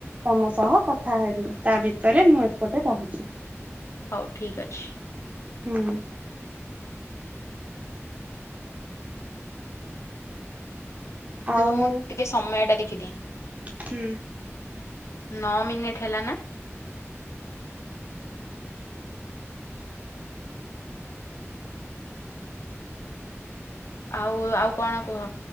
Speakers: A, on the right (about 30°); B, on the left (about 75°).
A: ତମ ସହ କଥା ହେବି। ତା ଭିତରେ ମୁଁ ଏପଟେ ରହୁଛି।
B: ହଉ ଠିକ୍ ଅଛି।
A: ହୁଁ। ଆଉ
B: ରୁହ ମୁଁ ଟିକେ ସମୟ ଟା ଦେଖିଦିଏ
A: ହୁଁ।
B: ନଅ ମିନିଟ ହେଲା ନା? ଆଉ ଆଉ କଣ କୁହ?